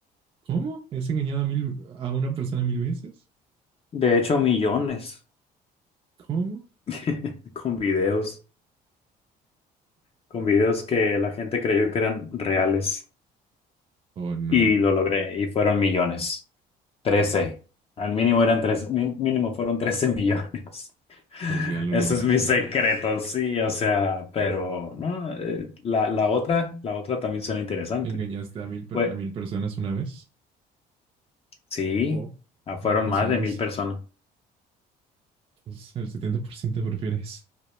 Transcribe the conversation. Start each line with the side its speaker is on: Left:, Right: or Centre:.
Right: ¿Cómo? ¿Es engañado a mil, a una persona mil veces?
Left: De hecho, millones.
Right: ¿Cómo?
Left: <laughs> Con videos. Con videos que la gente creyó que eran reales.
Right: O no,
Left: Y lo logré, y fueron millones. trece Al mínimo eran tres, mí- mínimo fueron 13 millones. <laughs>
Right: pues ya lo
Left: Ese
Right: lograste,
Left: es mi secreto,
Right: entonces.
Left: sí, o sea, pero no, eh, la, la otra, la otra también suena interesante.
Right: ¿Engañaste a mil, per-
Left: Fue,
Right: a mil personas una vez?
Left: sí,
Right: O,
Left: ah, fueron
Right: ah, pues
Left: más
Right: ya
Left: de mil
Right: es,
Left: personas.
Right: pues el 70% prefiere eso.